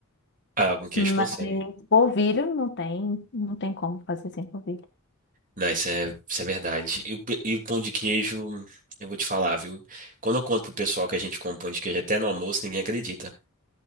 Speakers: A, on the right; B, on the left.
A: Ah, com queijo
B: Mas
A: consegue.
B: polvilho não tem, não tem como fazer sem polvilho.
A: Não, isso é, isso é verdade. E o, pe- e o pão de queijo, eu vou te falar, viu? Quando eu conto pro pessoal que a gente come pão de queijo até no almoço, ninguém acredita.